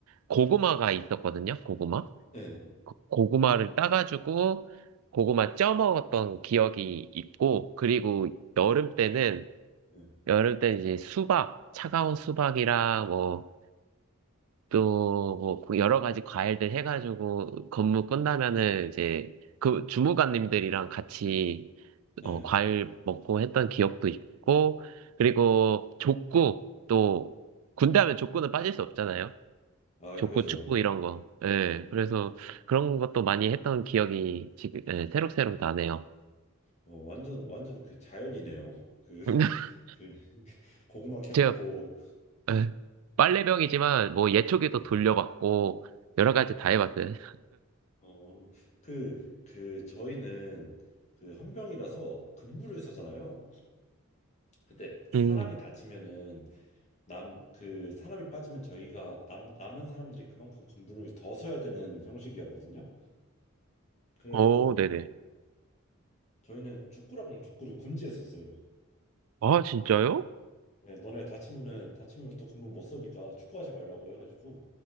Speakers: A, on the left; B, on the right.
A: 네,
B: 고구마가 있었거든요, 고구마.
A: 네,
B: 고구마를 따가지고, 고구마 쪄 먹었던 기억이 있고, 그리고 여름 때는,
A: 네,
B: 여름 때는 이제 수박, 차가운 수박이랑 뭐, 또뭐 여러 가지 과일들 해가지고 근무 끝나면은 이제 그 주무관님들이랑 같이
A: 네.
B: 어, 과일 먹고 했던 기억도 있고 그리고 족구 또 군대 하면 족구는 빠질 수 없잖아요.
A: 아
B: 족구,
A: 그죠.
B: 축구 이런 거. 예. 그래서 그런 것도 많이 했던 기억이 지금 예, 새록새록 나네요.
A: 어, 완전 완전 그 자연이네요. 그
B: <laughs>
A: 그 <laughs> 고구마 캐
B: 제가
A: 먹고.
B: 예, 빨래병이지만 뭐 예초기도
A: 네.
B: 돌려봤고 여러 가지 다 해봤어요.
A: 어, 그 그 저희는 그 헌병이라서 근무를 서잖아요. 근데 사람이
B: 음.
A: 다치면은 남 그 사람이 빠지면 저희가 남 남은 사람들이 그만큼 군분을 더 서야 되는 형식이었거든요. 그래가지고
B: 어, 네네.
A: 저희는 축구랑 족구를 금지했었어요.
B: 아, 진짜요?
A: 네, 너네 다치면은 다치면은 또 군분 못 서니까 축구하지 말라고 해가지고